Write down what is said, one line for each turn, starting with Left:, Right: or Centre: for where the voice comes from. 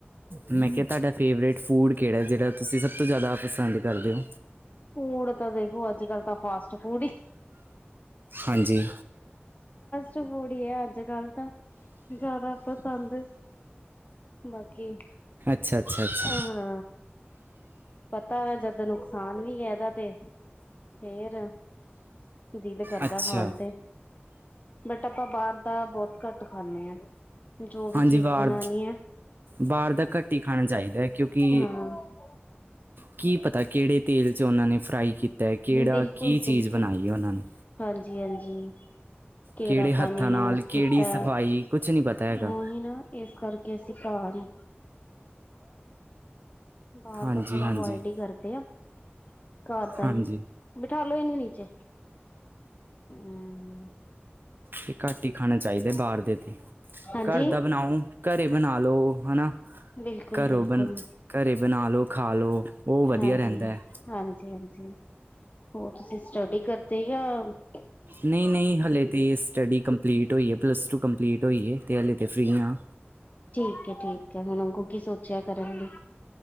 Right: ਮੈਂ ਕਿਹਾ ਤੁਹਾਡਾ ਫੇਵਰੇਟ ਫੂਡ ਕਿਹੜਾ, ਜਿਹੜਾ ਤੁਸੀਂ ਸਭ ਤੋਂ ਜ਼ਿਆਦਾ ਪਸੰਦ ਕਰਦੇ ਓ?
Left: ਫੂਡ ਤਾਂ ਦੇਖੋ, ਅੱਜ ਕੱਲ ਤਾਂ ਫਾਸਟ ਫੂਡ ਈ
Right: ਹਾਂਜੀ
Left: ਫਾਸਟ ਫੂਡ ਹੀ ਏ, ਅੱਜ ਕੱਲ ਤਾਂ। ਜ਼ਿਆਦਾ ਪਸੰਦ। ਬਾਕੀ
Right: ਅੱਛਾ- ਛਾ-ਛਾ
Left: ਅ ਪਤਾ ਵਾ, ਜਦ ਨੁਕਸਾਨ ਵੀ ਏ ਇਹਦਾ ਤੇ, ਫੇਰ ਦਿਲ ਤੇ ਕਰਦਾ
Right: ਅੱਛਾ
Left: ਖਾਨ ਤੇ। ਬਟ ਆਪਾਂ ਬਾਹਰ ਤਾਂ ਬਹੁਤ ਘੱਟ ਖਾਂਨੇ ਆ ।ਜੋ ਵੀ
Right: ਹਾਂਜੀ
Left: ਚੀਜ਼
Right: ਬਾਹਰ
Left: ਬਨਾਣੀ ਏ
Right: ਬਾਹਰ ਦਾ ਘਟ ਈ ਖਾਣਾ ਚਾਹੀਦਾ ਕਿਉਂਕਿ।
Left: ਹਾਂ
Right: ਕੀ ਪਤਾ ਕਿਹੜੇ ਤੇਲ 'ਚ ਉਹਨਾਂ ਨੇ। ਫਰਾਈ ਕੀਤਾ ਏ ਕਿਹੜਾ
Left: ਬਿਲਕੁਲ
Right: ਕੀ
Left: ਬਿਲਕੁਲ
Right: ਚੀਜ਼ ਬਨਾਈ ਏ ਉਹਨਾਂ ਨੇ।
Left: ਹਾਂਜੀ ਹਾਂਜੀ ਕਿਹੜਾ
Right: ਕਿਹੜੇ ਹੱਥਾਂ
Left: ਪਾਣੀ
Right: ਨਾਲ
Left: ਯੂਜ
Right: ਕਿਹੜੀ
Left: ਕੀਤਾ
Right: ਸਫਾਈ ਕੁਛ ਨਹੀਂ ਪਤਾ ਹੈਗਾ।
Left: ਉਹੀ ਨਾ ਇਸ ਕਰਕੇ ਅਸੀਂ ਘਰ ਹੀ ਬਾਹਰ
Right: ਹਾਂਜੀ
Left: ਤਾਂ ਥੋੜਾ
Right: ਹਾਂਜੀ
Left: ਅਵਇਡ ਈ ਕਰਦੇ ਆ। ਘਰਦਾ
Right: ਹਾਂਜੀ
Left: ਈ। ਠਾ ਲੋੋ ਇਨੂੰ ਨੀਚੇ ।
Right: ਤੇ ਘੱਟ ਹੀ ਖਾਣਾ ਚਾਹੀਦਾ ਬਾਹਰ ਦੇ ਤੇ
Left: ਹਾਂਜੀ
Right: ਘਰ ਦਾ ਬਨਾਓ। ਘਰੇ ਬਨਾ ਲਓ ਹਨਾ।
Left: ਬਿਲਕੁਲ
Right: ਘਰੋਂ
Left: ਬਿਲਕੁਲ
Right: ਬਨ ਘਰੇ ਬਨਾ ਲਓ ਖਾ ਲਓ ਉਹ ਵਧੀਆ
Left: ਹਾਂਜੀ,
Right: ਰਹਿੰਦਾ ।
Left: ਹਾਂਜੀ, ਹਾਂਜੀ। ਹੋਰ ਤੁਸੀਂ ਸਟੱਡੀ ਕਰਦੇ ਯਾ ।
Right: ਨਈ ਨਈ ਹਲੇ ਤੇ ਸਟੱਡੀ ਕੰਪਲੀਟ ਹੋਈ ਏ। ਪਲੱਸ ਟੂ ਕੰਪਲੀਟ ਹੋਈ ਏ ਹਲੇੇ ਤੇ ਫਰੀ ਆ।
Left: ਠੀਕ ਏ ਠੀਕ ਏ ਹੁਣ ਅੱਗੋਂ ਕੀ ਸੋਚਿਆ ਕਰਨ ਲਈ।